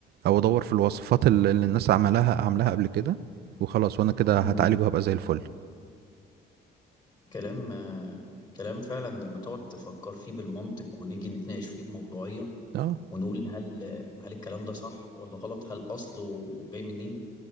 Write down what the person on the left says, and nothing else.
امم
كلام آه، كلام فعلا لما تقعد تفكر فيه بالمنطق ونيجي نتناقش فيه بموضوعية
ونقول هل هل الكلام ده صح ولا غلط هل اصله جاي منين